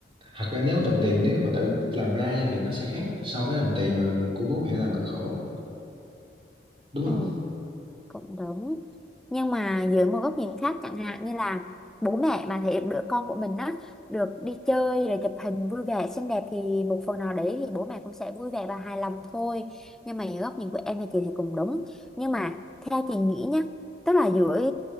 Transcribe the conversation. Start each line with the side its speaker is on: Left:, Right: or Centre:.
Right: thật ra nếu đồng tiền nếu mà tự làm ra nha thì nó sẽ khác so với đồng tiền mà của bố mẹ làm cực khổ đúng không
Centre: ừ cũng đúng nhưng mà dưới một góc nhìn khác chẳng hạn như là bố mẹ mà thấy đứa con của mình á được đi chơi rồi chụp hình vui vẻ xinh đẹp thì một phần nào đấy thì bố mẹ cũng sẽ vui vẻ và hài lòng thôi nhưng mà dưới góc nhìn của em thì chị thì cũng đúng nhưng mà theo chị nghĩ nhá tức là dưới